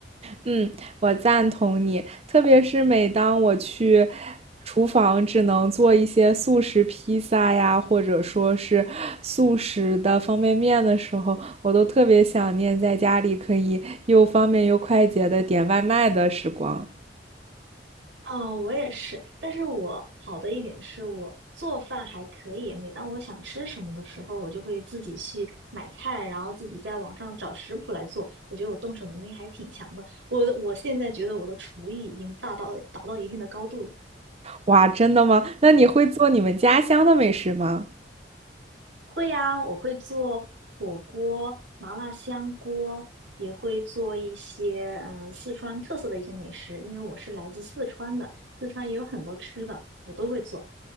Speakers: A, on the right; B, on the right.
A: 嗯，我赞同你，特别是每当我去厨房只能做一些速食披萨呀，或者说是速食的方便面的时候，我都特别想念在家里可以又方便又快捷的点外卖的时光。
B: 哦，我也是，但是我好的一点是我做饭还可以。每当我想吃什么的时候，我就会自己去买菜，然后自己在网上找食谱来做。我觉得我动手能力还挺强的。我我现在觉得我的厨艺已经大到达到一定的高度了。
A: 哇，真的吗？那你会做你们家乡的美食吗？
B: 会呀，我会做火锅、麻辣香锅，也会做一些嗯呃四川特色的一些美食，因为我是来自四川的，四川也有很多吃的，我都会做。